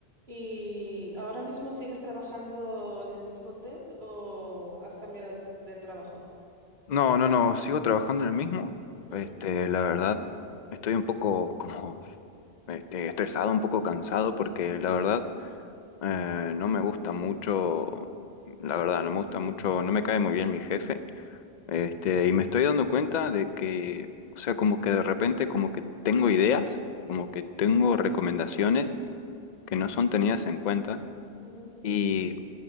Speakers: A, on the right; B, on the left.
A: ¿Y ahora mismo sigues trabajando en el mismo hotel o has cambiado de, de trabajo?
B: No, no, no, sigo trabajando en el mismo.
A: Ujú,
B: Este, la verdad, estoy un poco como este, estresado, un poco cansado, porque la verdad eh, no me gusta mucho, la verdad, no me gusta mucho, no me cae muy bien mi jefe. Este, y me estoy dando cuenta de que, o sea, como que de repente como que tengo ideas, como que tengo recomendaciones que no son tenidas en cuenta.
A: ujú.
B: Y